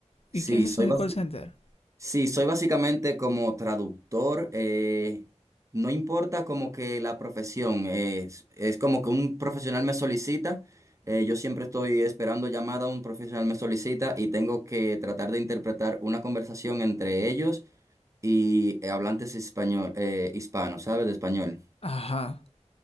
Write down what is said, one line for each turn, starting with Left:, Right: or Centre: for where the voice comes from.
Right: Sí,
Left: ¿Y qué haces
Right: soy,
Left: en
Right: basi-
Left: el call center?
Right: Sí, soy básicamente como traductor. eh, no importa como que la profesión, eh, es, es como que un profesional me solicita. eh, yo siempre estoy esperando llamada, un profesional me solicita y tengo que tratar de interpretar una conversación entre ellos y eh, hablantes español, eh, hispanos, ¿sabes? De español.
Left: Ajá.